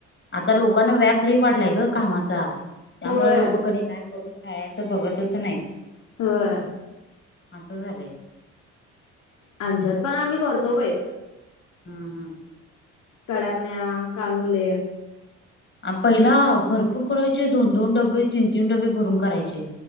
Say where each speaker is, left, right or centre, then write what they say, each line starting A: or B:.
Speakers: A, on the left; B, on the left.
A: आता लोकांना व्याप लई वाढलाय गं कामाचा. त्यामुळे
B: होय
A: लोक कणी काय करून खायचं बघतच नाही.
B: होय.
A: असं झालंय.
B: आमच्यात पण आम्ही करतो बाई.
A: हा हा.
B: कडाकण्या, कानुले.
A: पहिला भरपूर करायचे, दोन दोन डबे तीन तीन डबे भरून करायचे.